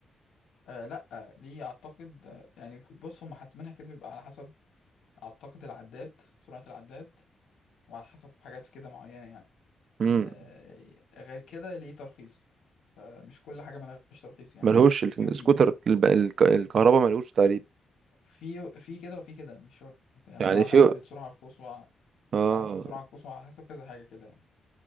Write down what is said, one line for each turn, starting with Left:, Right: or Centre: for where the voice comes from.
Left: آه لا ليه اعتقد آه، يعني بص هم حاسبينها كده بيبقى على حسب اعتقد العداد سرعة العداد وعلى حسب حاجات كده معينة يعني
Right: امم
Left: آه، غير كده ليه ترخيص فمش كل حاجة ملهاش ترخيص يعني
Right: ملهوش السكوتر
Left: في وفي
Right: الب- الك- الكهرباء ملهوش تقريبا
Left: في في كده وفي كده مش شرط يعني
Right: يعني
Left: بتبقى على
Right: في
Left: حسب السرعة القصوى
Right: اه
Left: على حسب السرعة القصوى على حسب كذا حاجة كده يعني